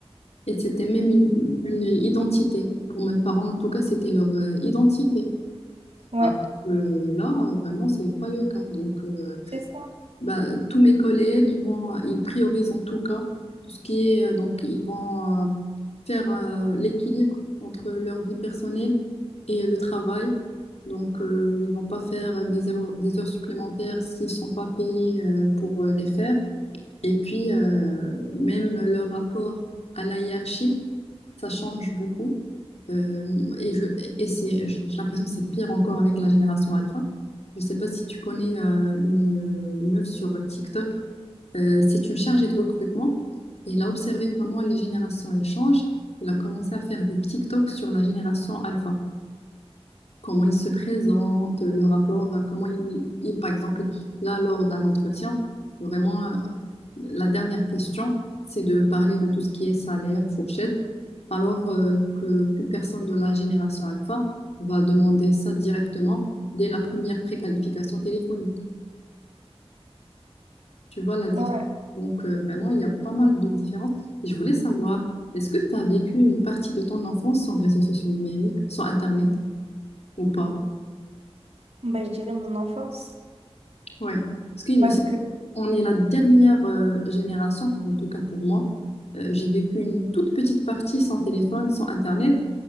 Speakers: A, on the left; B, on the right.
A: et c'était même une, une identité. Pour mes parents, en tout cas, c'était leur euh, identité.
B: Ouais,
A: Alors que là, vraiment, c'est pas le cas. Donc, euh,
B: c'est ça.
A: ben, tous mes collègues, ils vont, ils priorisent en tout cas tout ce qui est, euh, donc, ils vont euh, faire euh, l'équilibre entre leur vie personnelle et le travail. Donc, euh, ils vont pas faire des heures, des heures supplémentaires s'ils sont pas payés euh, pour euh, les faire. Et puis, euh, même le rapport à la hiérarchie, ça change beaucoup. Euh, et je, et c'est, j'ai l'impression que c'est pire encore avec la génération alpha. Je ne sais pas si tu connais euh, une, une meuf sur TikTok. Euh, c'est une chargée de recrutement. Et elle a observé comment les générations elles changent. Elle a commencé à faire des TikToks sur la génération alpha comment ils se présentent, le rapport, euh, comment ils, ils- par exemple, là, lors d'un entretien, vraiment, euh, la dernière question, c'est de parler de tout ce qui est salaire, fourchette, alors euh, que qu'une personne de la génération alpha va demander ça directement dès la première préqualification téléphonique. Tu vois la différence.
B: Ouais.
A: Donc, euh, vraiment, il y a pas mal de différences. Et je voulais savoir, est-ce que tu as vécu une partie de ton enfance sans réseaux sociaux numériques, sans Internet ou pas?
B: Ben, je dirais mon enfance.
A: Ouais. Parce qu'il
B: Parce
A: me semble
B: que,
A: On est la dernière euh, génération, en tout cas pour moi. Euh, j'ai vécu une toute petite partie sans téléphone, sans Internet.